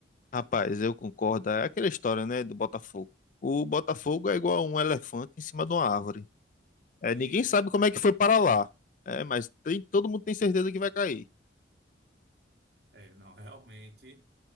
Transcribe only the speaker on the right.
E
como
é?
É, não, <laughs> realmente,